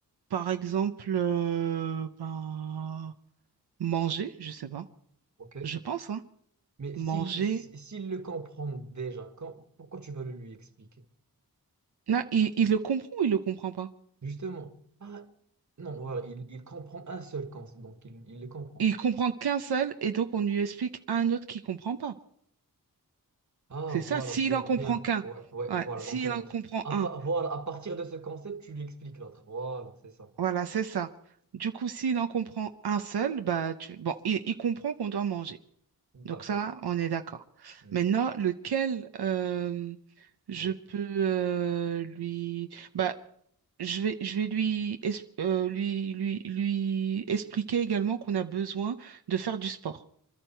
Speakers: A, on the right; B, on the right.
A: Par exemple, euh, ben, manger, je sais pas.
B: ok.
A: Je pense, hein.
B: Mais
A: Manger.
B: s'il si- s'il le comprend déjà, quand- pourquoi tu vas le lui expliquer?
A: Non, il, il le comprend ou il le comprend pas?
B: Justement, ah, non, voilà, il, il comprend un seul concept, donc il, il le comprend.
A: Il comprend qu'un seul et donc on lui explique à un autre qui comprend pas.
B: Ah,
A: C'est
B: voilà,
A: ça. S'il
B: bien,
A: en comprend
B: bien.
A: qu'un.
B: Ouais, ouais,
A: Ouais.
B: voilà,
A: S'il
B: donc un
A: en
B: autre.
A: comprend
B: À,
A: un.
B: pa- voilà, à partir de ce concept, tu lui expliques l'autre. Voilà, c'est ça.
A: Voilà, c'est ça. Du coup, s'il en comprend un seul, bah tu... bon, il, il comprend qu'on doit manger. Donc
B: D'accord.
A: ça, on est d'accord.
B: Hmm,
A: Maintenant, lequel euh, je
B: Oui.
A: peux euh, lui... Bah, je vais, je vais lui, es- euh, lui, lui, lui expliquer également qu'on a besoin de faire du sport,